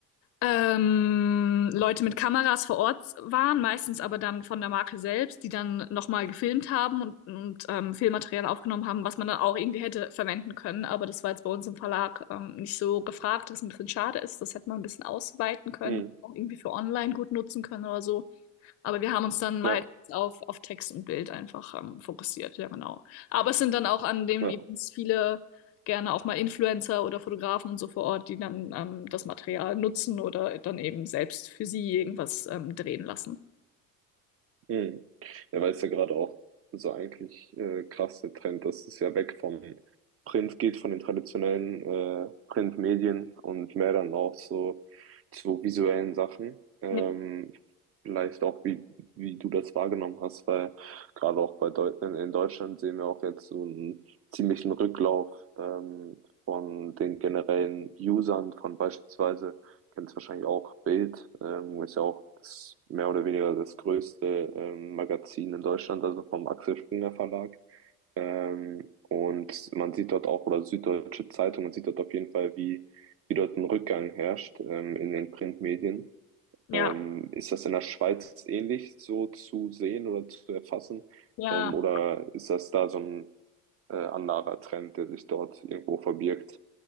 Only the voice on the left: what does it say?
ähm, Leute mit Kameras vor Ort waren, meistens aber dann von der Marke selbst, die dann nochmal gefilmt haben und, und ähm, Filmmaterial aufgenommen haben, was man dann auch irgendwie hätte verwenden können. Aber das war jetzt bei uns im Verlag ähm, nicht so gefragt, was ein bisschen schade ist. Das hätte man ein bisschen ausweiten können,
auch irgendwie für online gut nutzen können oder so. Aber wir haben uns dann meistens
auf, auf Text und Bild einfach ähm, fokussiert, ja genau. Aber es sind dann auch an den
Events viele, gerne auch mal Influencer oder Fotografen und so vor Ort, die dann ähm, das Material nutzen oder dann eben selbst für sie irgendwas ähm, drehen lassen.
Ja.
Ja,
Ja.